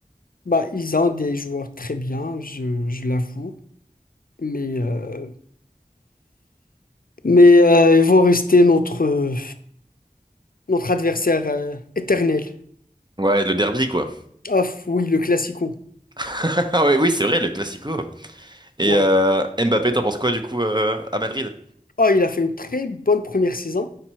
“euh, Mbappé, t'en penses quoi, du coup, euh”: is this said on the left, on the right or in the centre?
Right